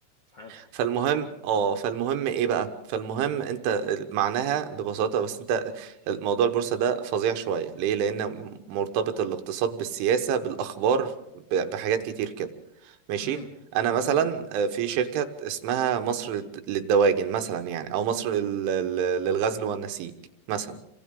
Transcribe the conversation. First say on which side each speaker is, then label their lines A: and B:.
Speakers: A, on the left; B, on the right.
A: حلو
B: فالمهم اه فالمهم ايه بقى فالمهم انت معناها ببساطه بس انت موضوع البورصه ده فظيع شويه ليه لان مرتبط الاقتصاد بالسياسه بالاخبار ب- بحاجات كتير كده ماشي
A: امم
B: انا مثلا
A: تمام
B: آه، في شركة اسمها مصر للد- للدواجن مثلا يعني او مصر لل- لل- للغزل والنسيج مثلا